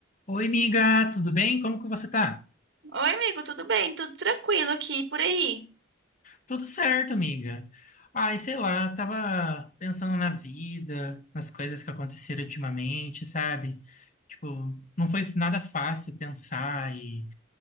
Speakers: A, on the left; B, on the right.
A: Oi, amiga, tudo bem? Como que você tá?
B: Oi, amigo, tudo bem? Tudo tranquilo aqui por aí?
A: Tudo certo, amiga. Ai, sei lá, tava pensando na vida, nas coisas que aconteceram ultimamente, sabe? Tipo, não foi nada fácil pensar e,